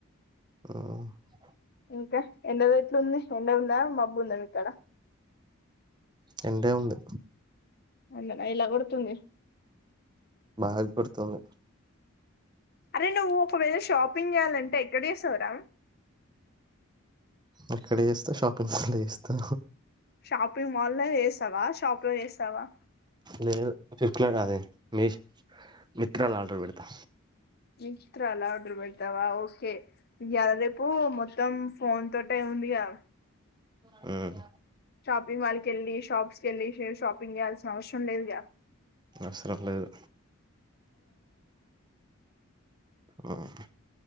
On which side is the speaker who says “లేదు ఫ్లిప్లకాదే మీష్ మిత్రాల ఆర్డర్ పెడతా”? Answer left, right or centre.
Right